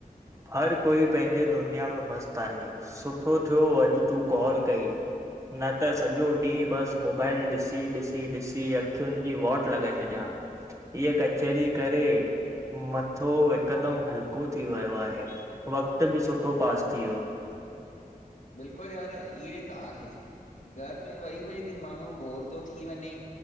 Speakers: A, on the right; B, on the left.
A: हर कोई पंहिंजे दुनिया में मस्तु आहे सुठो थियो अॼु तूं कॉल कयई न त सॼो ॾींहुं बसि मोबाइल ॾिसी ॾिसी ॾिसी अखियुनि जी वॉट लॻाए छॾियां इहा कचरी करे मथो हिकदमि हल्को थी वियो आहे। वक़्तु बि सुठो पास थी वियो।
B: बिल्कुलु यार इएं त आहे घर में वेही वेही बि माण्हू बोर थो थी वञे